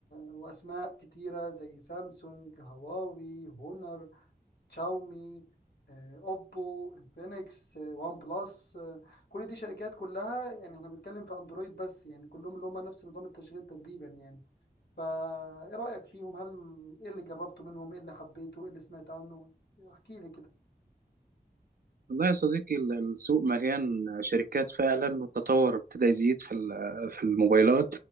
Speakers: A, on the left; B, on the right.
A: واسماء كتيرة زي سامسونج هواوي هونر شاومي آه، اوبو انفينكس آه، وان بلس آه، كل دي شركات كلها يعني احنا بنتكلم في اندرويد بس يعني كلهم اللي هم نفس نظام التشغيل تقريبا يعني فا ايه رأيك فيهم هل ايه اللي جربته منهم ايه اللي حبيته ايه اللي سمعت عنه يعني احكي لي كده
B: والله يا صديقي ال- السوق مليان شركات فعلا والتطور ابتدى يزيد في ال- في الموبايلات